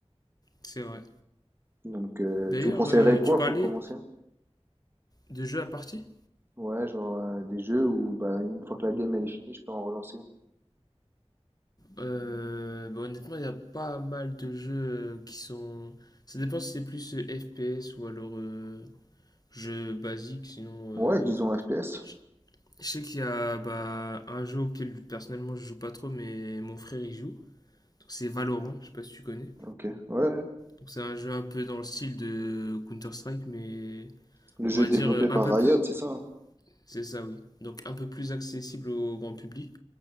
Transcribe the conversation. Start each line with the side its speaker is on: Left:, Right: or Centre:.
Left: C'est vrai.
Right: Donc, euh,
Left: D'ailleurs,
Right: tu me conseillerais
Left: euh,
Right: quoi
Left: tu parlais
Right: pour commencer?
Left: de jeux à partie
Right: Ouais, genre euh, des jeux où bah, une fois que la game elle est finie, je peux en relancer une.
Left: Euh, bah, Honnêtement, il y a pas mal de jeux euh, qui sont. Ça dépend si c'est plus euh, FPS ou alors euh, jeu basique, sinon.
Right: Ouais,
Left: euh,
Right: disons FPS.
Left: Je je sais qu'il y a bah, un jeu auquel personnellement je joue pas trop, mais mon frère y joue. Donc c'est Valorant, je sais pas si tu connais.
Right: Ok, ouais. ouais.
Left: Donc c'est un jeu un peu dans le style de Counter-Strike, mais
Right: Le jeu
Left: on va
Right: développé
Left: dire, euh,
Right: par
Left: un peu
Right: Riot,
Left: plus.
Right: c'est ça. hein.
Left: C'est ça, oui. Donc un peu plus accessible au grand public.